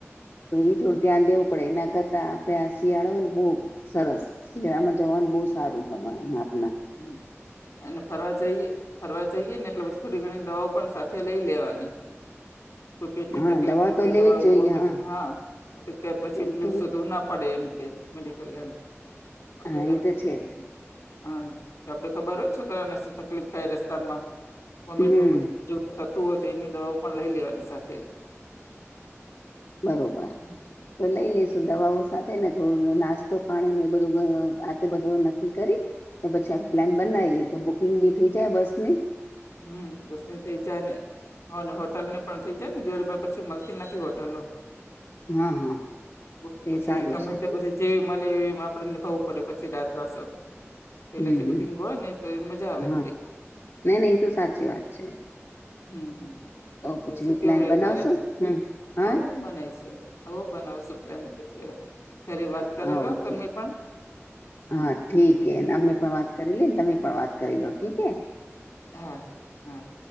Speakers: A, on the left; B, on the left.
A: તો
B: હમ
A: એ થોડું ધ્યાન દેવું પડે એના કરતા આપડે આ શિયાળો હોયને બઉ સરસ, શિયાળામાં જવાનું બઉ સારું ગમ અમા
B: હમ્મ, અન ફરવા જઈએ ફરવા જઈએને એટલે પસ થોડી ઘણી દવાઓ પણ સાથે લઈ લેવાની. કોઈ પેટની
A: હા
B: તકલીફની
A: દવા તો
B: કોઈ
A: લેવી
B: દવાઓ
A: જ જોઈએ
B: વોમિટ,
A: હા
B: હન તો કે પછી
A: એ
B: પેલું
A: તો
B: શોધવું ના પડે એમ કે મેડિકલ એમ
A: હા
B: આપડે
A: એ
B: <unintelligible>
A: તો છે જ
B: હન તો આપડે ખબર હોયન છોકરાવને શું તકલીફ થાય રસ્તામાં વોમિટ-બોમિટ
A: હમ
B: જેવું થતું હોય તો એની દવાઓ પણ લઈ લેવાની સાથે.
A: બરોબર,
B: હમ
A: તો લઈ લે તો દવાઓ સાથેને થોડું નાસ્તો-પાણીને એ બધુ આ તે બધુ નક્કી કરી તો પછી આ પ્લાન
B: હમ
A: બનાઈએ તો બુકિંગ બી થઈ જાય બસની.
B: હમ, બસની થઈ જાયને અને હોટલની પણ થઈ જાયને દિવાળી પર પછી મલતી નથી હોટેલો.
A: હા હા
B: બુક પછી
A: એ સારું
B: ગમે
A: છે
B: તે પછી જે મલે એવીમ આપડે નિભાવું પડે પછી રાત વાસો પેલેથી
A: હમ હમ,
B: બુકિંગ હોયને તો એવી મજા આવે
A: હા
B: થોડીક.
A: નઈ, નઈ એ તો સાચી વાત છે.
B: હમ્મ, હમ્મ.
A: પછી
B: તો શું
A: હું
B: કેવુ
A: પ્લાન
B: રે
A: બનાવશો
B: તારે?
A: હમ હા
B: હવ, બનાઈશુ. હવ, બનાવશું. પ્લેન પછી વા, ઘરે વાત કરી
A: હા
B: લો તમે
A: ઠીક
B: પણ.
A: હા, ઠીક
B: હમ
A: હે, અમે પણ વાત કરી લીએને, તમે પણ વાત કરી લો, ઠીક હે.
B: હા હા